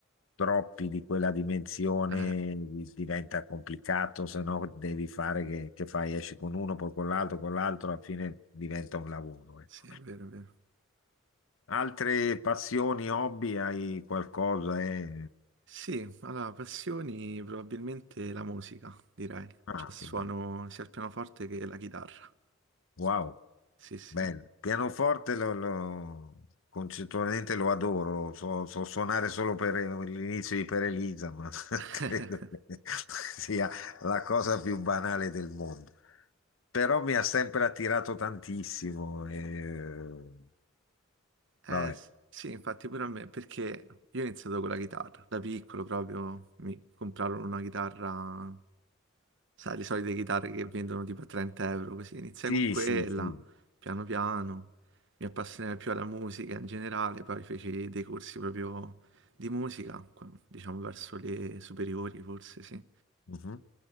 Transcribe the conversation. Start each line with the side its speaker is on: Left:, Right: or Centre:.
Left: troppi di quella dimensione
Right: Eh,
Left: di- diventa complicato, se no devi fare che, che fai, esci con uno, poi con l'altro, con l'altro, alla fine diventa un lavoro. ecco.
Right: sì, è vero, è vero.
Left: Altre passioni, hobby, hai qualcosa? eh?
Right: Sì, allora, passioni probabilmente la musica, direi.
Left: Ah,
Right: Cioè, suono
Left: che bello.
Right: sia il pianoforte che la chitarra.
Left: Wow,
Right: Sì, sì.
Left: bello. Pianoforte lo, lo- concettualmente lo adoro, so, so suonare solo per l'inizio di Per Elisa, ma <laughs>
Right: <laughs>
Left: credo che sia la cosa più banale del mondo. però mi ha sempre attirato tantissimo. E...
Right: Eh,
Left: Vabbè.
Right: s- sì, infatti pure a me, perché io ho iniziato con la chitarra. Da piccolo proprio mi comprarono una chitarra sai, le solite chitarre che vendono tipo a 30 euro, così iniziai
Left: Sì,
Right: con quella,
Left: sì, sì.
Right: piano piano, mi appassionai più alla musica in generale, poi feci dei corsi proprio di musica, qua- diciamo verso le superiori forse, sì.
Left: Mhm,